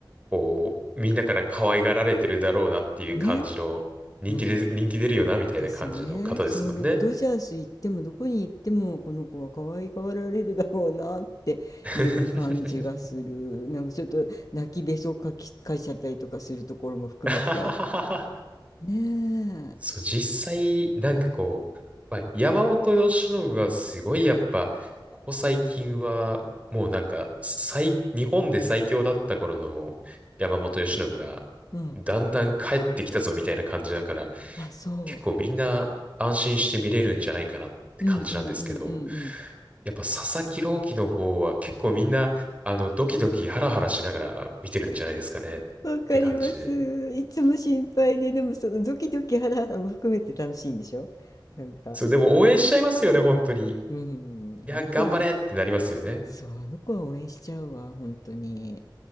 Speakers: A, on the right; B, on the left.
A: こう、みんなから可愛がられてるだろうなっていう感じの、
B: ね。
A: 人気で、
B: うん。
A: 人気出るよな、みたいな感じの方ですもんね。
B: ですよね。そう、なんかドジャース行っても、どこに行っても、この子は可愛がられるだろうなっていう感じがする。
A: <laughs>
B: なんかちょっと泣きべそかき、かいちゃったりとかするところも含めて。
A: <laughs>
B: ねえ。
A: そう、実際、なんかこう、まあ、山本由伸はすごいやっぱ、ここ最近は、もうなんか、最、日本で最強だった頃の山本由伸が、
B: うん。
A: だんだん帰ってきたぞみたいな感じだから、
B: あ、そう。
A: 結構みんな安心して見れるんじゃないかなって感じなんですけど、
B: うんうんうんうんうん。
A: やっぱ佐々木朗希の方は結構みんな、あの、ドキドキハラハラしながら見てるんじゃないですかねって感じで。
B: わかります。いつも心配で、でもそのドキドキハラハラも含めて楽しいんでしょなんか。
A: そう、でも応援しちゃいますよね、本当に。い
B: うん、あの子は、
A: や、頑張れってなりますよね。
B: そう、あの子は応援しちゃうわ、本当に。